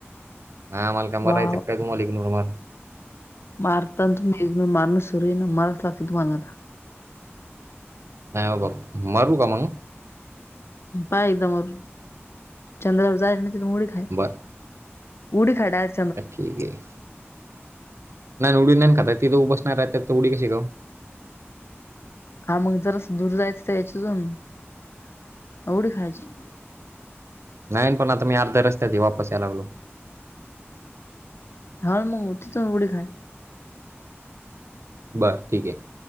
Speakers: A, on the right; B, on the left.
A: नाय आम्हाला
B: आहे
A: काय मारायचं
B: वा
A: का तुम्हाला इग्नोर मारून.
B: मारतान तुम्ही इग्नोर मारण सुरी आये ना मरावंच लागत तुम्हाला आता.
A: नाही बाबा मारू का मंग?
B: पाह एकदा मारून चंद्रावर जाईन तिथून उडी खाईन.
A: बर
B: उडी खा डाएट.
A: ठीक आहे नाही ना उडी नाही ना खाता तिथं उभाच नाही रहाता येत त उडी कशी खाऊ?
B: हा मग जरासं दूर जायचं जायचं अजून उडी खायची.
A: नाही पण आता मी अर्ध्या रस्त्यातय वापस यायला लागलो.
B: हा मगं तिथून उडी खाय.
A: बर ठीक आहे.